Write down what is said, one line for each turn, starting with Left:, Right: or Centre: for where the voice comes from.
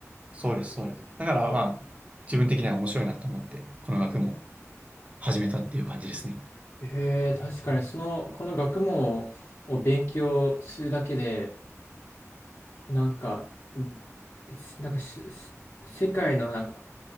Right: そうです、そうです。だからまあ自分的には面白いなと思って、この学問を始めたっていう感じですね。
Left: へえ、確かに、その、この学問を勉強するだけで、なんか、んなんかし、し世界のなんか